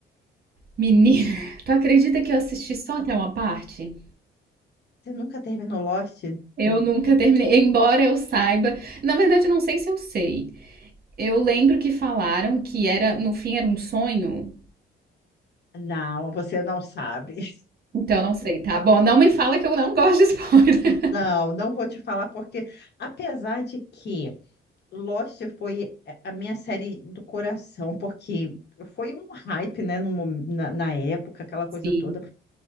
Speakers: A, on the right; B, on the left.
A: Menina, <laughs> tu acredita que eu assisti só até uma parte?
B: Você nunca terminou Lost?
A: Eu nunca terminei, embora eu saiba. Na verdade, eu não sei se eu sei. Eu lembro que falaram que era, no fim, era um sonho.
B: Não, você não sabe. <laughs>
A: Então, eu não sei, tá? Bom, não me fala que eu não gosto de spoiler.
B: Não, não vou te falar, porque apesar de que Lost foi é, a minha série do coração, porque foi um hype, né, no, mo- na, na época, aquela coisa
A: <laughs> Sim.
B: toda.